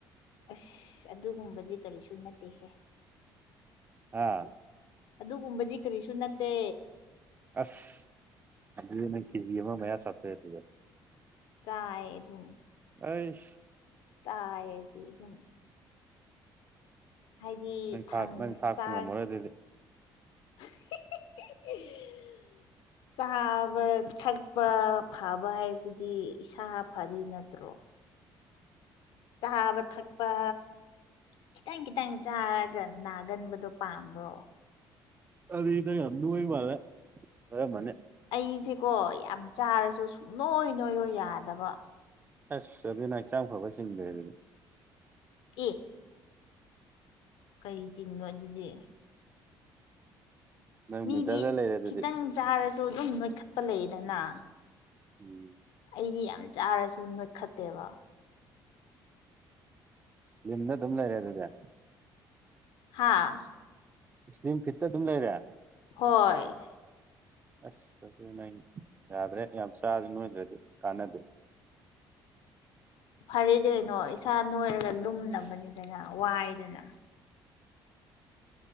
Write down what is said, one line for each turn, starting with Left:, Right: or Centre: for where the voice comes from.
Left: ꯑꯁ ꯑꯗꯨꯒꯨꯝꯕꯗꯤ ꯀꯔꯤꯁꯨ ꯅꯠꯇꯦꯍꯦ
Right: ꯑꯥ
Left: ꯑꯗꯨꯒꯨꯝꯕꯗꯤ ꯀꯔꯤꯁꯨ ꯅꯠꯇꯦ
Right: ꯑꯁ ꯑꯗꯨꯗꯤ ꯅꯪ ꯀꯦꯖꯤ ꯑꯃ ꯃꯌꯥ ꯆꯥꯊꯣꯛꯑꯦ ꯑꯗꯨꯗꯤ
Left: ꯆꯥꯏ ꯑꯗꯨꯝ
Right: ꯑꯩꯁ
Left: ꯆꯥꯢꯌꯦ ꯑꯩꯗꯤ ꯑꯗꯨꯝ ꯍꯥꯏꯗꯤ
Right: ꯅꯪ
Left: ꯊꯪ
Right: ꯊꯥꯛ ꯅꯪ ꯊꯥꯛꯄ
Left: ꯆꯥꯛ
Right: ꯉꯝꯃꯔꯣꯏ ꯑꯗꯨꯗꯤ
Left: <unintelligible> <unintelligible> ꯆꯥꯕ ꯊꯛꯄ ꯐꯕ ꯍꯥꯏꯕꯁꯤꯗꯤ ꯏꯁꯥ ꯐꯗꯨꯏ ꯅꯠꯇ꯭ꯔꯣ ꯆꯥꯕ ꯊꯛꯄ ꯈꯤꯇꯪ ꯈꯤꯇꯪ ꯆꯥꯔꯒ ꯅꯥꯒꯟꯕꯗꯣ ꯄꯥꯝꯕ꯭ꯔꯣ
Right: ꯑꯗꯤ ꯅꯪ ꯌꯥꯝ ꯅꯣꯢ ꯃꯥꯂꯦ ꯅꯣꯢꯔꯝꯃꯅꯤ
Left: ꯑꯩꯁꯦꯀꯣ ꯌꯥꯝ ꯆꯥꯔꯁꯨ ꯁꯨꯛ ꯅꯣꯏ ꯅꯣꯏꯌꯣ ꯌꯥꯗꯕ
Right: ꯑꯁ ꯑꯗꯨꯏ ꯅꯪ ꯆꯥꯡ ꯐꯕ ꯆꯤꯡꯗ꯭ꯔꯦ ꯑꯗꯨꯗꯤ
Left: ꯑꯦ ꯀꯩ ꯆꯤꯡꯅꯣ ꯑꯗꯨꯗꯤ
Right: ꯅꯪ
Left: ꯃꯤꯗꯤ
Right: ꯃꯤꯗꯜꯗ ꯂꯩꯔꯦ ꯑꯗꯨꯗꯤ
Left: ꯈꯤꯇꯪ ꯆꯥꯔꯁꯨ ꯑꯗꯨꯝ ꯅꯣꯏꯈꯠꯄ ꯂꯩꯌꯦꯗꯅ
Right: ꯎꯝ
Left: ꯑꯩꯗꯤ ꯌꯥꯝ ꯆꯥꯔꯁꯨ ꯅꯣꯢꯈꯠꯇꯦꯕ
Right: ꯂꯤꯝꯗ ꯑꯗꯨꯝ ꯂꯩꯔꯦ ꯑꯗꯨꯗꯤ
Left: ꯍꯥꯥ
Right: ꯏꯁꯂꯤꯝ ꯐꯤꯠꯇ ꯑꯗꯨꯝ ꯂꯩꯔꯦ
Left: ꯍꯣꯏ
Right: ꯑꯁ ꯑꯗꯨ ꯅꯪ ꯌꯥꯗ꯭ꯔꯦ ꯌꯥꯝ ꯆꯥꯔꯖꯨ ꯅꯣꯏꯗ꯭ꯔꯗꯤ ꯀꯥꯟꯅꯗꯦ
Left: ꯐꯔꯦꯗꯤ ꯀꯩꯅꯣ ꯏꯁꯥ ꯅꯣꯏꯔꯒ ꯂꯨꯝꯅꯕꯅꯤꯗꯅ ꯋꯥꯏꯗꯅ